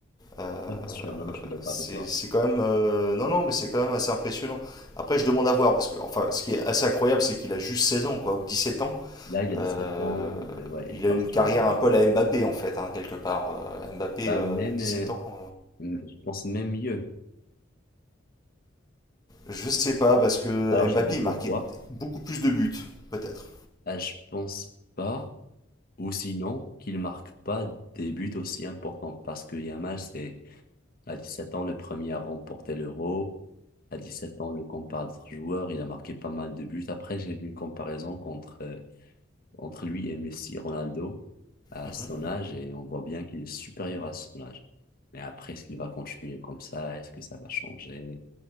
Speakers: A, on the left; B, on the left.
A: Euh,
B: Ouais, c'est sûr, non, non, je suis d'accord
A: c'est
B: avec toi.
A: c'est quand même. euh, non, non, mais c'est quand même assez impressionnant. Après, je demande à voir, parce que, enfin, ce qui est assez incroyable, c'est qu'il a juste 16 ans, quoi, ou 17 ans.
B: Là, il a 17
A: Euh,
B: ans. euh, ouais, il
A: il
B: part
A: a une
B: sur
A: carrière
B: la vie.
A: un peu à la Mbappé, en fait, hein, quelque part. Euh, Mbappé,
B: Bah,
A: euh,
B: même,
A: 17
B: euh,
A: ans. euh,
B: je pense même mieux.
A: je sais pas, parce que
B: Alors, je
A: Mbappé,
B: te dis pourquoi.
A: il marquait beaucoup plus de buts, peut-être.
B: Ah, je pense pas, ou sinon, qu'il marque pas des buts aussi importants. Parce que Yamal, c'est À 17 ans, le premier à remporter l'Euro. À 17 ans, le compare d'autres joueurs. Il a marqué pas mal de buts. Après, j'ai vu une comparaison contre, euh, entre lui et Messi, Ronaldo, à
A: Mhm.
B: son âge, et on voit bien qu'il est supérieur à son âge. Mais après, est-ce qu'il va continuer comme ça? Est-ce que ça va changer?